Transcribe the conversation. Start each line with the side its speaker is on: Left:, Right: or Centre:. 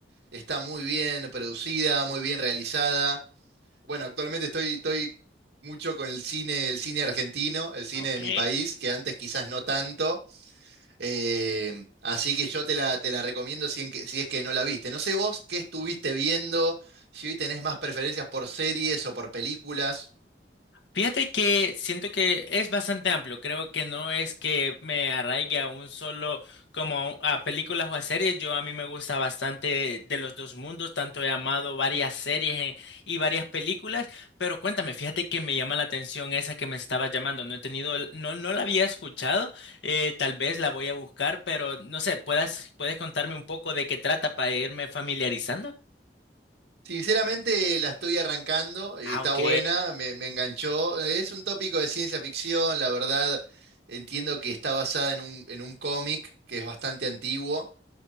Right: Está muy bien producida, muy bien realizada. Bueno, actualmente estoy, estoy mucho con el cine, el cine argentino, el cine
Left: ok.
Right: de mi país, que antes quizás no tanto. Eh, así que yo te la, te la recomiendo si, en que- si es que no la viste. No sé vos qué estuviste viendo, si hoy tenés más preferencias por series o por películas.
Left: Fíjate que siento que es bastante amplio. Creo que no es que me arraigue a un solo, como a, a películas o a series. Yo a mí me gusta bastante de los dos mundos, tanto he amado varias series eh, y varias películas. Pero cuéntame, fíjate que me llama la atención esa que me estaba llamando. No he tenido, el- no, no la había escuchado. eh, tal vez la voy a buscar, pero no sé, puedas, puedes contarme un poco de qué trata para irme familiarizando.
Right: Sinceramente la estoy arrancando y
Left: Ah,
Right: está
Left: ok.
Right: buena, me, me enganchó. Es un tópico de ciencia ficción, la verdad entiendo que está basada en un, en un cómic que es bastante antiguo,